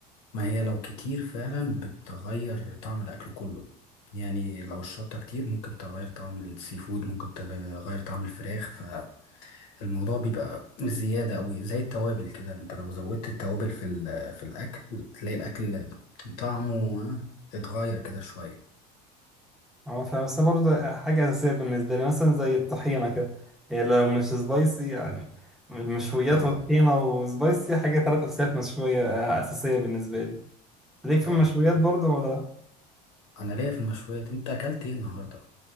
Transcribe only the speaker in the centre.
هو فا- بس برضه حاجه اساسيه بالنسبه لي مثلا زي الطحينه كده هي لو مش سبايسي يعني المشويات
والطحينه وسبايسي حاجه ثلاث اساسيات مشويه اساسيه بالنسبه لي ليك في
المشويات برضه ولا لا